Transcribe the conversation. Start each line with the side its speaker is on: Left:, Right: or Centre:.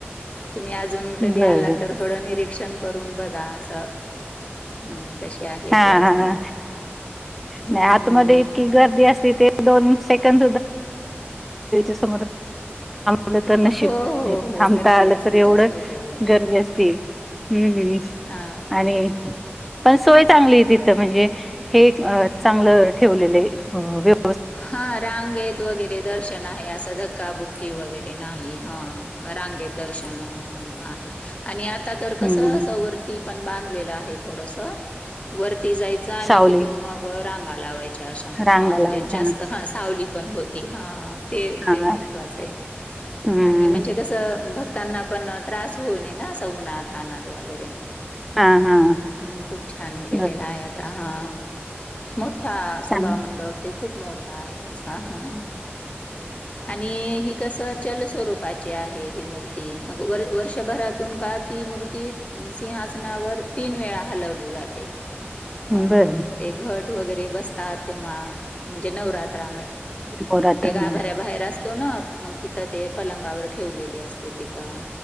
Left: तुम्ही अजून कधी
Centre: बरं
Left: आलात तर थोडं निरीक्षण करून बघा असं हम्म कसे आहे
Centre: हा
Left: ते अजून
Centre: हा
Left: हम्म.
Centre: नाही आतमध्येध्ये इतकी गर्दी असती ते दोन म्हण स आलं तर नशीब
Left: हो, हो, हो
Centre: थांबता
Left: गर्दी
Centre: आलं
Left: असती
Centre: तर एवढं
Left: जास्त हो.
Centre: गर्मी असते हम्म्
Left: हां,
Centre: आणि पण सोय चांगली तिथ म्हणज च ठे
Left: हा रांगेत वगैरे दर्शन आहे असं धक्काबुक्की वगैरे नाही ह रांगेत दर्शन आहे आणि आता तर
Centre: हम्म
Left: कसं सवर्ती पण बां आहे थोडस वरती जायचं आणि
Centre: सावली
Left: तिथून मग रांगा लावाय अच् अा
Centre: रांगा
Left: हा म्हणजे
Centre: लावायच्या
Left: जास्त हा सावली पण होती हा ते
Centre: हा
Left: ते महत्वाचं आहे
Centre: हम्म
Left: आणि म्हणजे कसंक् त्यांना पण त्रास होऊन ना अस उनाथ अनात वगैरे
Centre: हा हा
Left: हम् खूप छान केलेला
Centre: बरं
Left: आहे आता हा मोठा सभामंडप
Centre: चांग
Left: ते खूप मोठा आहे असा ह आणि हे कसं चल स्वरूप आहे ही मूर् म वर्षभरातून का ती मूर्ती सिंहासनावर तीन वेळा हलवली जात अ
Centre: बरं
Left: ते घट वगैरे बसतात तेव्हा म्हणजे नवरात ा
Centre: नवरात्रामध्ये
Left: ते गाभऱ्या बाहे असतो ना मग तिथं ते पलंगावर ठेवलेली असते तिथं